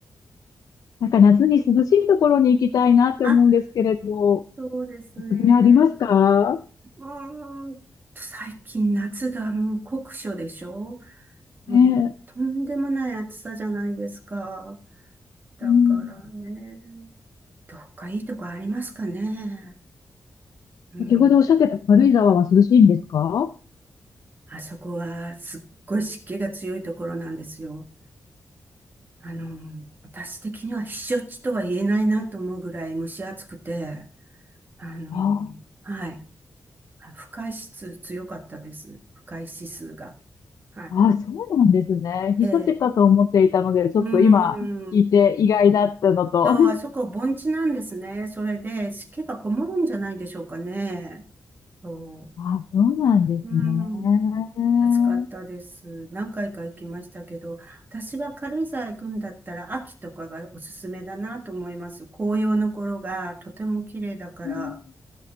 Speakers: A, on the left; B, on the right.
A: なんか夏に涼しいところに行きたいなって思うんですけれど、
B: あ、
A: お
B: そうですね。
A: すすめありますか
B: うーんと、最近夏がもう酷暑でしょもうとんでもない暑さじゃないですか。
A: ねえ、
B: だからね、
A: うん。
B: どっかいいとこありますかね。うん。
A: 先ほどおっしゃってた軽井沢は涼しいんですか
B: あそこはすっごい湿気が強いところなんですよ。あの、私的には避暑地とは言えないなと思うぐらい蒸し暑くて、あの、
A: ああ
B: はい。あ不快指数強かったです。不快指数が。はい。
A: あ、そうなんですね。避暑地かと思っていたので、
B: ええ、
A: ちょっと今聞いて意外だったのと。
B: うーん。と、
A: <laughs>
B: あそこ盆地なんですね。それで湿気がこもるんじゃないでしょうかね。そ
A: あ、そうなんですね。
B: う。うーん。暑かったです。何回か行きましたけど、私は軽井沢行くんだったら秋とかがおすすめだなと思います。紅葉の頃がとても綺麗だから。
A: うん